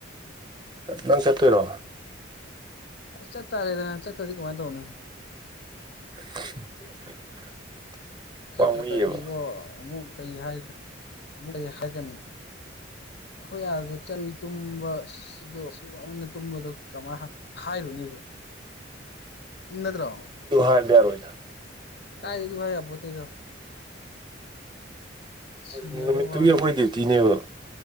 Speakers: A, on the right; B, on the left.
A: ꯅꯪ ꯆꯠꯇꯣꯏꯔꯣ
B: ꯑꯁ ꯆꯠꯇꯔꯦꯗꯅ ꯆꯠꯇꯗꯤ ꯀꯃꯥꯏꯅ ꯇꯧꯅꯤ
A: <inaudible>
B: ꯆꯠꯇ꯭ꯔꯗꯤ
A: ꯄꯥꯝꯃꯨꯏꯌꯦꯕ
B: ꯏꯕꯣ ꯑꯃꯨꯛ ꯀꯔꯤ ꯍꯥꯏ ꯑꯃꯨꯛ ꯀꯔꯤ ꯍꯥꯏꯒꯅꯤ ꯑꯈꯣꯏ ꯑꯥꯗ ꯆꯂꯤ ꯇꯨꯝꯕ ꯑꯁ ꯑꯗꯣ ꯅ ꯇꯨꯝꯕꯗꯨ ꯀꯃꯥꯏꯅ ꯍꯥ ꯍꯥꯏꯔꯨꯅꯤꯗꯣ ꯅꯠꯇꯔꯣ
A: ꯑꯗꯨ ꯍꯥꯏꯕ ꯌꯥꯔꯣꯏꯗ
B: ꯀꯥꯏꯗꯩꯩ
A: ꯎꯝ
B: ꯑꯗꯨ ꯍꯥꯏ ꯌꯥꯄꯣꯠꯇꯦꯗ ꯁꯤꯅꯗꯧꯕ
A: ꯍꯥꯏꯗꯤ ꯅꯨꯃꯤꯠꯇꯨꯒꯤ
B: ꯋꯥꯅꯤ
A: ꯑꯩꯈꯣꯏ ꯗ꯭ꯌꯨꯇꯤꯅꯦꯕ